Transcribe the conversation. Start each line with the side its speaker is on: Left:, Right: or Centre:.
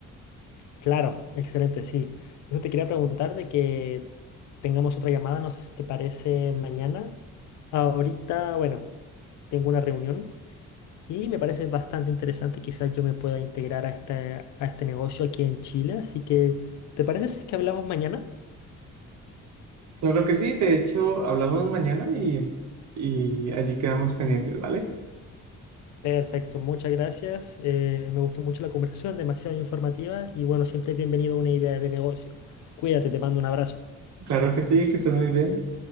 Left: claro, excelente, sí. Eso te quería preguntar de que tengamos otra llamada, no sé si te parece mañana. Ahorita, bueno, tengo una reunión y me parece bastante interesante, quizás yo me pueda integrar a este, a este negocio aquí en Chile, así que, ¿te parece si es que hablamos mañana?
Right: Claro que sí, de hecho, hablamos mañana y, y allí quedamos pendientes, ¿vale?
Left: Perfecto, muchas gracias. Eh, me gustó mucho la conversación, demasiado informativa y bueno, siempre es bienvenido a una idea de negocio. Cuídate, te mando un abrazo.
Right: Claro que sí, que estés muy bien.